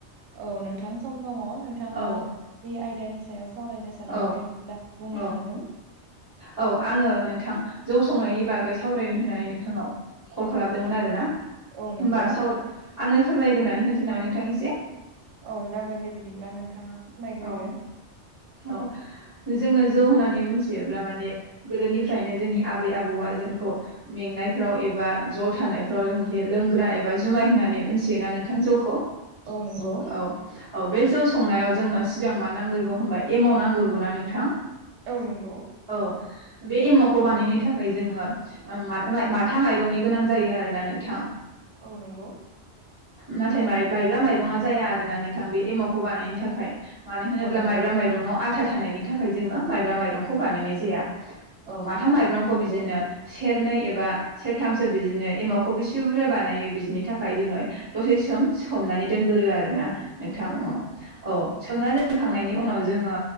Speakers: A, on the right; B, on the right.
A: औ नोंथां सम दङ नोंथाङा
B: औ
A: बे आयदानि सायाव सावरायनो सानदों
B: औ
A: बेखौ दा बुंनो
B: औ
A: हागोन
B: औ आङो नोंथां जौ संनायनि बागै सावरायनो होननानै नोंथांनाव कल खालामदोंमोन आरोना।
A: औ
B: होमबा
A: नंगौ
B: साव आंनो फोरमायग्रोन होनोसै नामा नोंथां इसे?
A: औ जागोन दे बिदिब्ला नोंथाङा फोरमायग्रोदो।
B: औ औ जोङो जौ होननानै मोनथियोब्ला माने गोदोनिफ्रायनो जोंनि आबै आबौआ जोंखौ मेंनायफ्राव एबा ज' थानायफ्राव जों लोंग्रा एबा जुमाय होननानै मोनथियोना नोंथां जौखौ?
A: औ नंगौ
B: औ औ बे जौ संनायाव जोङो सिगां मा नांग्रगौ होनबाय एमाव नांग्रोगौना नोंथां
A: औ नंगौ
B: औ। बे एमावखौ बानायनो थाखाय जोङो माथा माथा माइरंनि गोनां जायो आरोना नोंथां।
A: औ नंगौ।
B: नाथाइ माइ-माइब्रा माइरङा जाया आरोना नोंथां बे एमावखौ बानायनो थाखाय मानो होनोब्ला
A: औ नंगौ
B: माइब्रा माइरं आव‌ आथा थानायनि थाखाय जोङो माइब्रा माइरंखौ बानायनाय जाया। औ माथा
A: नंगौ
B: माइरंखौ
A: नंगौ
B: बिदिनो सेरनै एबा बा सेरथामसो बिदिनो एमावखौ बेसे बुरजा बानायो बिदिनि थाखाय जोङो दसे सम सोमनानै दोनगोरो आरो
A: औ
B: ना नोंथां
A: नंगौ
B: औ सोमना दोनखांनायनि उनाव जोङो